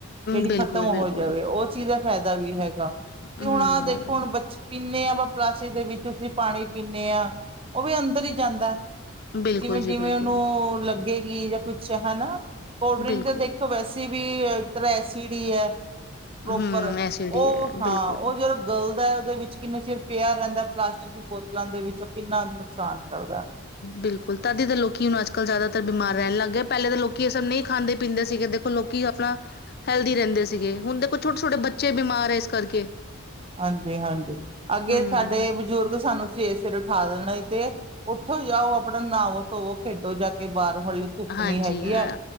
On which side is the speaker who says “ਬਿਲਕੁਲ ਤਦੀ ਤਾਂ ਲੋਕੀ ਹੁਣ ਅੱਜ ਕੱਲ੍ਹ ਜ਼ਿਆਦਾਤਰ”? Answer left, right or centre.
Left